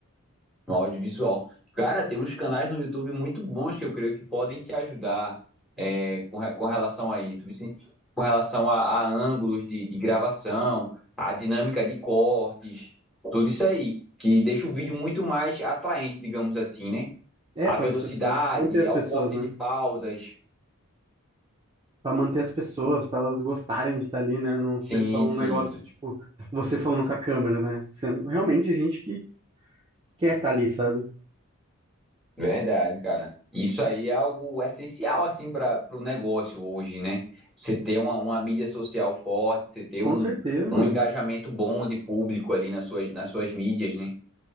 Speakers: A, in the centre; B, on the right.
A: No audiovisual. Cara, tem uns canais no YouTube muito bons que eu creio que podem te ajudar é, com, re- com relação a isso. vice- Com relação a, a ângulos de, de gravação, a dinâmica de cortes, tudo isso aí. Que deixa o vídeo muito mais atraente, digamos assim, né?
B: É
A: A
B: para
A: velocidade,
B: as pessoas, manter as
A: ao
B: pessoas,
A: corte
B: né?
A: de pausas.
B: Para manter as pessoas, para elas gostarem de estar ali, né? Não ser
A: Sim,
B: só um
A: sim.
B: negócio, tipo, você falando com a câmera, né? Sendo realmente gente que quer estar ali, sabe?
A: Verdade, cara. Isso aí é algo essencial, assim, para o negócio hoje, né? Você ter uma, uma mídia social forte, você ter
B: Com
A: um,
B: certeza.
A: um engajamento bom de público ali nas suas, nas suas mídias, né?